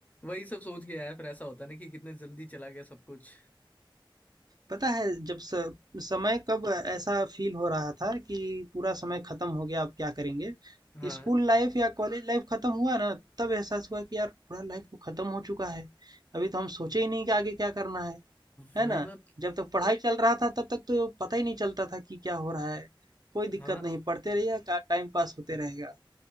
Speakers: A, on the left (about 20°); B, on the right (about 50°).
A: वही सब सोच के यार फिर ऐसा होता है ना कि कितने जल्दी चला गया सब कुछ
B: पता है जब स, समय कब ऐसा फील हो रहा था कि पूरा समय खत्म हो गया अब क्या करेंगे
A: हाँ
B: स्कूल लाइफ या कॉलेज लाइफ खत्म हुआ ना तब एहसास हुआ कि यार पूरा लाइफ तो खत्म हो चुका है अभी तो हम सोचे ही नहीं कि आगे क्या करना है
A: वही
B: है ना
A: ना
B: जब तक पढ़ाई चल रहा था तब तक तो पता ही नहीं चलता था कि क्या हो रहा है कोई
A: हाँ
B: दिक्कत नहीं पढ़ते रहिए का टाइम पास होते रहेगा